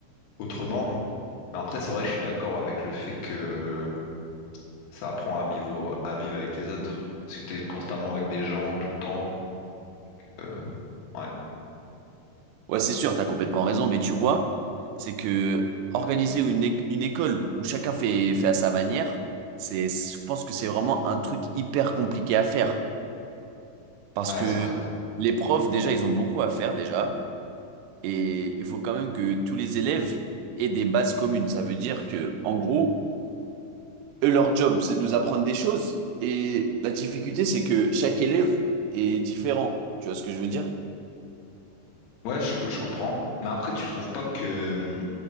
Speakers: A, on the left; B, on the right.
A: autrement. Mais après, c'est vrai que je suis d'accord avec le fait que ça apprend à vivre, à vivre avec les autres. Parce que t'es constamment avec des gens tout le temps. Donc, euh, ouais,
B: Ouais, c'est sûr, t'as complètement raison, mais tu vois, c'est que organiser une, éc- une école où chacun fait, fait à sa manière, c'est, je pense que c'est vraiment un truc hyper compliqué à faire. Parce
A: ouais,
B: que
A: c'est vrai.
B: les profs, déjà, ils ont beaucoup à faire, déjà. Et il faut quand même que tous les élèves aient des bases communes. Ça veut dire que, en gros, eux, leur job, c'est de nous apprendre des choses. Et la difficulté, c'est que chaque élève est différent. Tu vois ce que je veux dire?
A: Ouais, je, je comprends. Mais après, tu trouves pas que, hum,